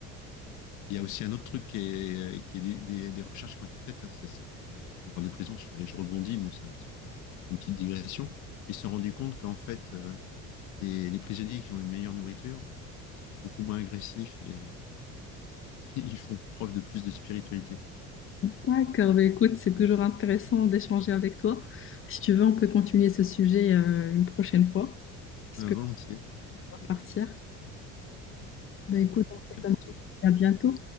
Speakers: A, on the left (about 65°); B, on the left (about 40°).
A: Il y a aussi un autre truc qui est, qui est des, des- des recherches qui ont été faites. hein, ça, c'est- bon, si tu me parles de prison, je, fais- je rebondis, bon, c'est un petit peu une petite digression. Ils se sont rendus compte qu'en fait, euh, les, les prisonniers qui ont une meilleure nourriture, ils sont beaucoup moins agressifs et euh, <laughs> ils font preuve de plus de spiritualité.
B: D'accord, bah, écoute, c'est toujours intéressant d'échanger avec toi. Si tu veux, on peut continuer ce sujet euh, une prochaine fois, parce
A: Euh,
B: que
A: volontiers. Et
B: je dois partir. Bah,
A: puis,
B: écoute,
A: bah,
B: on fait
A: à bientôt.
B: comme ça. À bientôt.